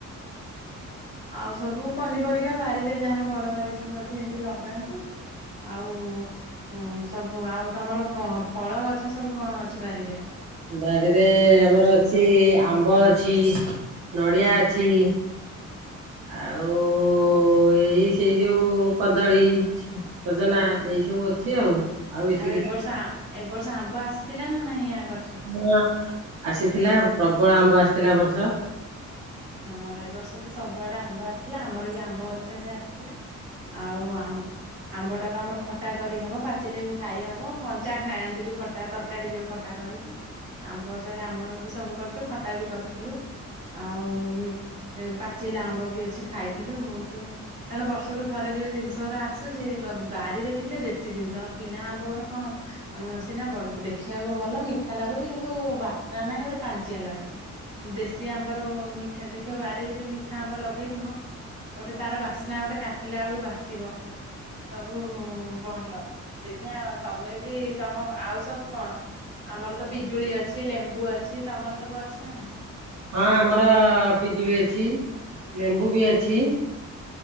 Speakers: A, on the right (about 40°); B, on the right (about 65°).
A: ଆଉ ସବୁ ପନିପରିବା ବାରିରେ ଯାହାର ବଡ ବାରି ସବୁ ଅଛି ଏମିତି ସବୁ ଲଗାନ୍ତି। ଆଉ। ହଁ ସବୁ ଆଉ ତମର ଫଳ ଗଛ ସବୁ କଣ ଅଛି ବାରିରେ?
B: ବାଡିରେ ଆମର ଅଛି ଆମ୍ବ ଅଛି ନଡିଆ ଅଛି। ଆଉ ଓ ଏଇ ସେଇ ଯୋଉ କଦଳୀ ସଜନା ଏଇ ସବୁ ଅଛି ଆଉ। ବେଶୀ
A: ଆଉ
B: କିଛି
A: ଏ ବର୍ଷ ଆ ଏବ ବର୍ଷ ଆମ୍ବ ଆସିଥିଲା ନା ନାହିଁ ୟା ଗଛରେ।
B: ହ ଆସିଥିଲା ପ୍ରବଳ ଆମ୍ବ ଆସିଥିଲା ଏ ବର୍ଷ।
A: ହଁ ଏ ବର୍ଷ ତ ସବୁଆଡେ ଆମ୍ବ ଆସିଥିଲା ଆମର ବି ଆମ୍ବ ଗଛ ରେ ଆସିଥିଲା। ଆଉ ଆମ୍ବ ଆମ୍ବ ଟା ତ ଆମର ଖଟା କରିହବ ପାଚିଲେ ବି ଖାଇହବ କଞ୍ଚା ଖାଆୟାନ୍ତି ବି ଖଟା ତରକାରୀ ଯୋଉ ଖଟା କରି ଆମ୍ବଟେ ଆମର ବି ସବୁ କରିଛୁ ଖଟା ବି କରିଥିଲୁ ଆଉ ମମି ପାଚିଲା ଆମ୍ବ ବି ଅଛି ଖାଇଥିଲୁ ବହୁତ କାରଣ ବର୍ଷକୁ ଥରେ ଯୋଉ ଜିନିଷଗୁରା ଆସୁଛି ବାରିରେ ଥିଲେ ଦେଶୀ ଜିନିଷ କିଣା ଆମ୍ବର କଣ ସିନା ଦେଖିବାକୁ ଭଲ ମିଠା ଲାଗୁଛି କିନ୍ତୁ ବାସ୍ନା ନାହିଁ ଗୋଟେ ପାଞ୍ଚିଆ ଲାଗୁଛି। ଦେଶୀ ଆମ୍ବର ମି ଠ ଦେଖିବ ବାରିରେ ଯୋଉ ମିଠା ଆମ୍ବ ଲଗେଇଥିବ ଗୋଟେ ତାର ବାସ୍ନା ଗୋଟେ କାଟିଲା ବେଳକୁ ବାସ୍ନା ଆସିବ ସବୁ ହୁଁ ଭଲ ସେଇଠି ତମେ ବି ତମ ଆଉ ସବୁ କଣ। ଆମର ତ ପିଜୁଳି ଅଛି ଲେମ୍ବୁ ଅଛି ତମର ସବୁ ଅଛି ନା ନାଇଁ?
B: ହଁ ଆମର ପିଜୁଳି ଅଛି ଲେମ୍ବୁ ବି ଅଛି।